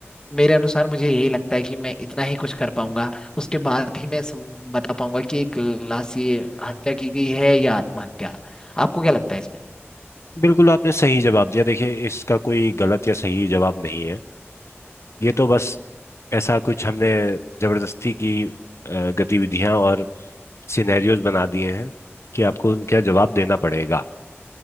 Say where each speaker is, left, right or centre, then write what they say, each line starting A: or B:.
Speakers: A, on the left; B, on the left.
A: मेरे अनुसार मुझे यही लगता है कि मैं इतना ही कुछ कर पाऊंगा उसके बाद ही मैं सम, बता पाऊंगा कि एक लाश ये हत्या की गई है या आत्महत्या आपको क्या लगता है
B: बिल्कुल आपने सही जवाब दिया देखिए इसका कोई गलत या सही जवाब नहीं है ये तो बस ऐसा कुछ हमने जबरदस्ती की अ, गतिविधियां और सिनेरियोज बना दिए हैं कि आपको उनका जवाब देना पड़ेगा